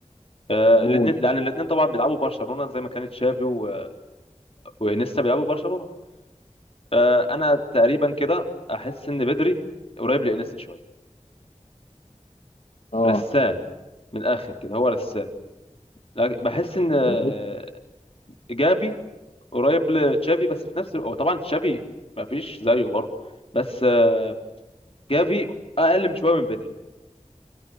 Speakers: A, on the left (about 50°); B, on the left (about 65°).
A: الاثنين
B: جول
A: لان الاثنين طبعا بيلعبوا برشلونه زي ما كانت شافي و... وانيستا بيلعبوا برشلونه آه، انا تقريبا كده احس ان بدري قريب لانيستا شويه
B: اه
A: رسام من الاخر كده هو رسام لكن بحس ان آه،
B: انا
A: جافي قريب لتشافي بس في نفس الوقت هو طبعا تشافي ما فيش زيه برضه بم- بس آه، جافي اقل من شويه من بدري